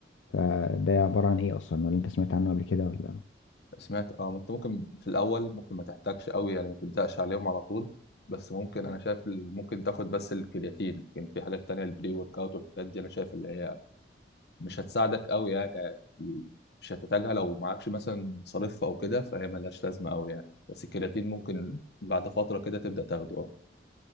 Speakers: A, on the left; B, on the left.
A: فده عبارة عن ايه اصلا ولا انت سمعت عنه قبل كده ولا
B: سمعت اه انت ممكن في الاول ممكن ما تحتاجش قوي يعني ما تبداش عليهم على طول بس ممكن انا شايف ال- ممكن تاخد بس الكرياتين لكن في حاجات تانية البري ورك اوت والحاجات دي انا شايف اللي هي مش هتساعدك قوي يعني يعني مش هتحتاجها لو معكش مثلا مصاريف او كده فهي ملهاش لازمه قوي يعني بس الكرياتين ممكن بعد فتره كده تبدا تاخده اه